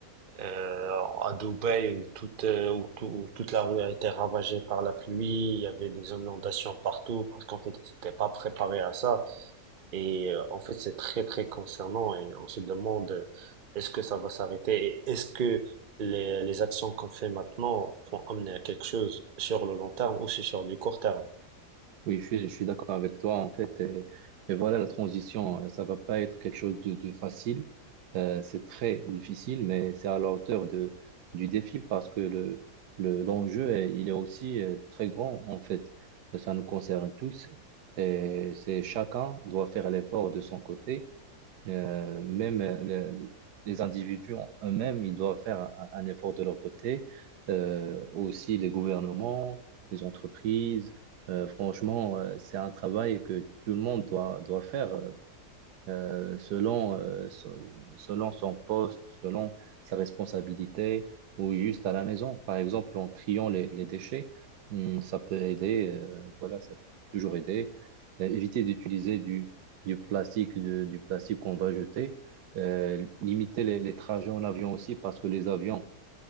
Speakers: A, on the right; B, on the right.
A: euh, à Dubaï où toute, euh, où tout- où toute la rue a été ravagée par la pluie. Il y avait des inondations partout parce qu'en fait, ils n'étaient pas préparés à ça. Et euh, en fait, c'est très, très concernant et on se demande euh, est-ce que ça va s'arrêter et est-ce que les, les actions qu'on fait maintenant vont amener à quelque chose sur le long terme ou si sur du court terme.
B: Oui, je suis, je suis d'accord avec toi, en fait. Et, et voilà, la transition, euh, ça va pas être quelque chose de, de facile. Euh, c'est très difficile, mais c'est à la hauteur de, du défi parce que le, le, l'enjeu, est- il est aussi euh, très grand, en fait. Ça nous concerne tous. Et c'est chacun doit faire l'effort de son côté. Euh, même euh, le- les individus en eux-mêmes, ils doivent faire un, un effort de leur côté. Euh, aussi les gouvernements, les entreprises. Euh, franchement, euh, c'est un travail que tout le monde doit, doit faire. euh, euh, selon, euh, so- selon son poste, selon sa responsabilité ou juste à la maison. Par exemple, en triant les, les déchets, hum, ça peut aider, euh, voilà, ça peut toujours aider. Euh, éviter d'utiliser du, du plastique, de- du plastique qu'on va jeter. Euh, limiter les, les trajets en avion aussi parce que les avions,